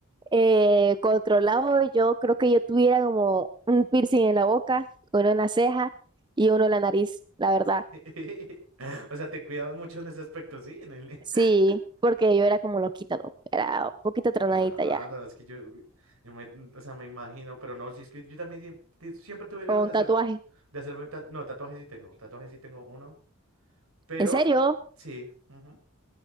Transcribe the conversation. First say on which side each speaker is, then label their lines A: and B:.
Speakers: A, on the right (about 20°); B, on the right (about 80°).
A: eh, controlados, yo creo que yo tuviera como un piercing en la boca, uno en la ceja y uno en la nariz, la verdad.
B: <laughs> O sea, te cuidaban mucho en ese aspecto, sí, en el...
A: Sí,
B: <laughs>
A: porque yo era como loquita, ¿no? Era un poquito tronadita
B: Claro,
A: ya,
B: es que yo, yo me, o sea, me imagino, pero no, si es que yo también siem- te- siempre tuve ganas
A: con un
B: de hacer,
A: tatuaje.
B: de hacerme un tatuaje, no, tatuajes sí tengo, tatuajes sí tengo uno, pero
A: ¿En serio?
B: sí, ujú.